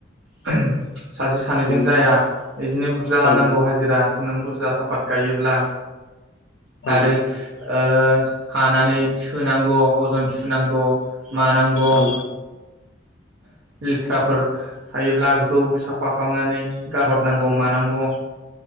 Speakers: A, on the right; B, on the left.
A: <unintelligible> सासे सानैजों
B: नंगौ
A: जाया बिदिनो बुरजा
B: औ
A: नांगौ हाजिरा नों बुरजा साफात गायोब्ला
B: औ
A: आरो ओ खानानै सोनांगौ अजन सुनांगौ मानांगौ
B: औ
A: लेथ्राफोर थायोब्ला बेखौ साफा खालामनानै गारहरनांगौ मानांगौ